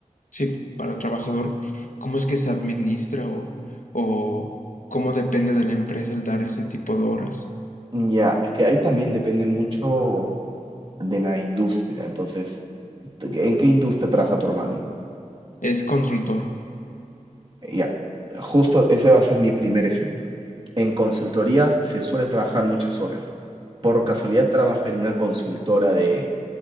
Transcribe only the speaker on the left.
sí, para trabajador, ¿cómo es que se administra o, o cómo depende de la empresa el dar ese tipo de horas?
Es consultor,